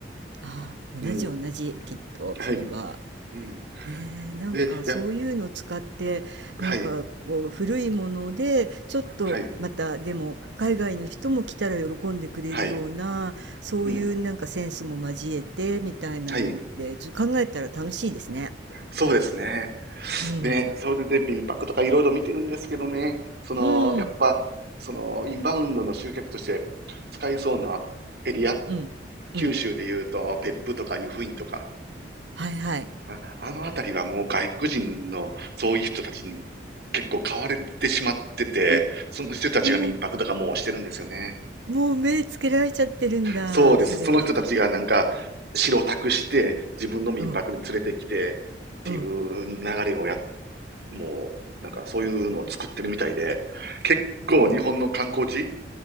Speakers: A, on the right; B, on the right.
A: ああ、同じ同じ、
B: うん。
A: きっと、
B: はい。
A: それは。
B: うん。
A: ねえ、なんかそういうのを使って、
B: で、や、はい。
A: なんかこう古いもので、ちょっとまたでも海外の人も来たら喜んでくれるような、
B: はい。はい。
A: そういうなんかセンスも交えてみたいなのでちょっと考えたら楽しいですね。
B: うん。はい。そうですね。
A: うん。
B: で、それで民泊とかいろいろ見てるんですけどね、その、
A: うん。
B: やっぱ、その、インバウンドの集客として使いそうなエリア、
A: うん。
B: 九州で言うと別府とか湯布院とか、
A: うん。はいはい。
B: あ、あのあたりはもう外国人のそういう人たちに結構買われてしまってて、
A: あ、
B: その人たちが民泊とかもうしてるんですよね。
A: もうもう目つけられちゃってるんだ、
B: そうです。
A: それは。
B: その人たちがなんか白タクして自分の民泊に連れてきてっていう流れをや、
A: うん、うん。
B: もうなんかそういうのを作ってるみたいで、結構日本の観光地、
A: いやいや